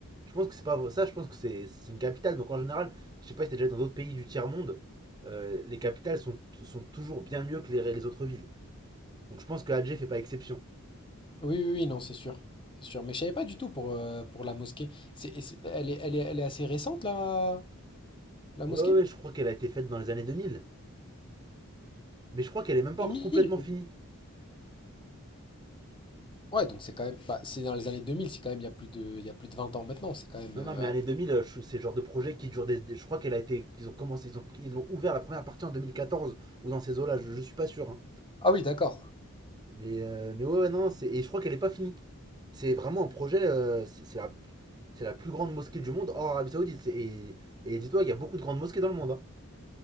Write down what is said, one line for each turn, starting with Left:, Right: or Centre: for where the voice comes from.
Right: Je pense que c'est pas ça, je pense que c'est c'est une capitale. Donc en général, je sais pas si t'es déjà allé dans d'autres pays du tiers-monde, euh, les capitales sont, sont toujours bien mieux que les, les autres villes. Donc je pense que Alger fait pas exception.
Left: Oui, oui, oui, non, c'est sûr. C'est sûr. Mais je savais pas du tout pour, euh, pour la mosquée. C'est, et c'est- elle est, elle est, elle est assez récente, la, la mosquée?
Right: Ouais, ouais, ouais, je crois qu'elle a été faite dans les années 2000, mais je crois qu'elle est même pas
Left: deux
Right: encore
Left: mille
Right: complètement finie.
Left: Ouais, donc c'est quand même. Bah, c'est dans les années deux mille c'est quand même il y a plus de, il y a plus de vingt ans maintenant. C'est quand même.
Right: Non,
Left: euh,
Right: non, mais années 2000, euh, je- c'est le genre de projet qui dure des. des- Je crois qu'elle a été. Ils ont commencé, ils ont, ils l'ont ouvert la première partie en 2014 ou dans ces eaux-là, je, je suis pas sûr. hein.
Left: Ah oui, d'accord.
Right: Mais, euh, mais ouais, ouais, non, c'est... et je crois qu'elle est pas finie. C'est vraiment un projet, euh, c'est c'est la, c'est la plus grande mosquée du monde hors Arabie Saoudite. C'est- Et, et dis-toi, il y a beaucoup de grandes mosquées dans le monde. hein.